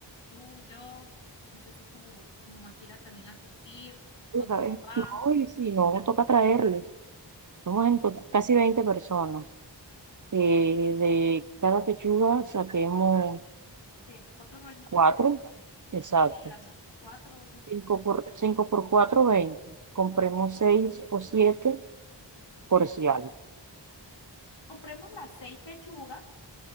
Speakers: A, on the left; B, on the right.
A: tú, yo. No sé si tu, tu mamá quiera también asistir
B: Tú
A: con
B: ¿Sabes?
A: tu papá.
B: No, y si no, toca traerles. Somos
A: Pues,
B: en total casi 20 personas. Eh,
A: sí.
B: de cada pechuga saquemos
A: ¿qué? ¿Cuatro rollitos?
B: cuatro, exacto.
A: Yo creería, ¿no? Cuatro.
B: Cinco por, cinco por cuatro, veinte. Compremos seis o siete por si algo.
A: Compremos las seis pechugas,